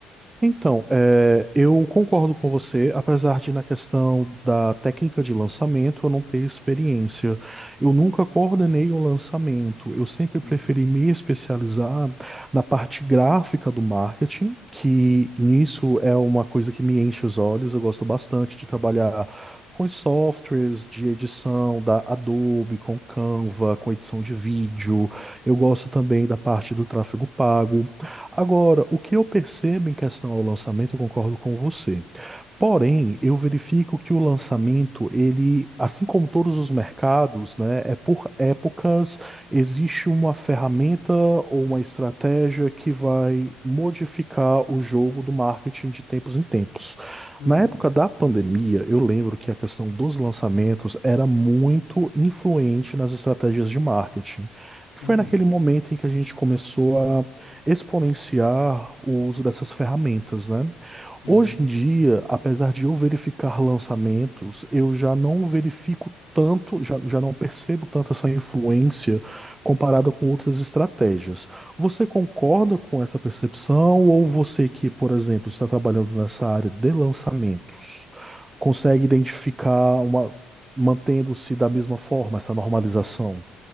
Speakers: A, on the right; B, on the left.
A: Então, é, eu concordo com você, apesar de na questão da técnica de lançamento eu não ter experiência. Eu nunca coordenei um lançamento, eu sempre
B: Hum,
A: preferi me especializar na parte gráfica do marketing, que nisso é uma coisa que me enche os olhos, eu gosto bastante de trabalhar com os softwares de edição da Adobe, com Canva, com edição de vídeo. Eu gosto também da parte do tráfego pago. Agora, o que eu percebo em questão ao lançamento, eu concordo com você. Porém, eu verifico que o lançamento, ele, assim como todos os mercados, né, é por épocas, existe uma ferramenta ou uma estratégia que vai modificar o jogo do marketing de tempos em tempos.
B: hum,
A: Na época da pandemia, eu lembro que a questão dos lançamentos era muito influente nas estratégias de marketing. Foi
B: uhum,
A: naquele momento em que a gente começou a exponenciar o uso dessas ferramentas, né?
B: uhum.
A: Hoje em dia, apesar de eu verificar lançamentos, eu já não verifico tanto, já, já não percebo tanto essa influência comparada com outras estratégias. Você concorda com essa percepção ou você que, por exemplo, está trabalhando nessa área de lançamentos, consegue identificar uma, mantendo-se da mesma forma essa normalização?